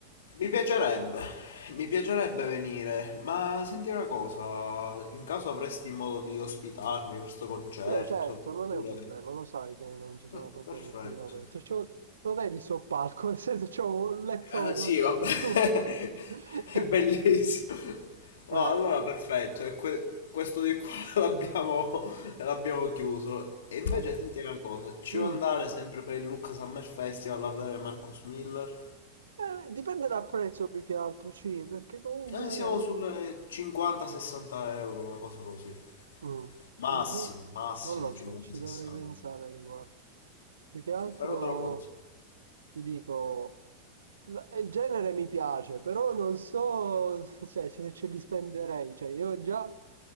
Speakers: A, on the left (about 60°); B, on the right (about 70°).
A: Mi piacerebbe, mi piacerebbe venire, ma senti una cosa, in caso avresti modo di ospitarmi per sto concerto,
B: No, certo,
A: oppure...
B: non è un problema, lo sai che non ci sono
A: Ah,
B: problemi
A: perfetto.
B: qui da me. Cioè, c'ho- lo vedi sto palco, <laughs> nel senso c'ho un letto
A: Ah, sì, vabbè,
B: su.
A: <laughs>
B: <laughs>
A: è bellissimo. No,
B: No,
A: allora perfetto, e que- questo di qua <laughs> l'abbiamo l'abbiamo chiuso. E invece
B: vabbè.
A: senti una cosa, ci
B: Mm.
A: vuoi andare sempre per il Lucca Summer Festival a vedere Marcus Miller?
B: Eh, dipende dal prezzo più che altro, sì, perché comunque
A: Eh, siamo sulle 50-60 euro, una cosa così.
B: Mh,
A: Massimo,
B: non mi-
A: massimo
B: non lo
A: 50-60.
B: so, ci dovrei pensare a riguardo. Più che altro
A: Però te lo consiglio.
B: ti dico, la- il genere mi piace, però non so, <laughs> cioè, se ce li spenderei. Cioè, io già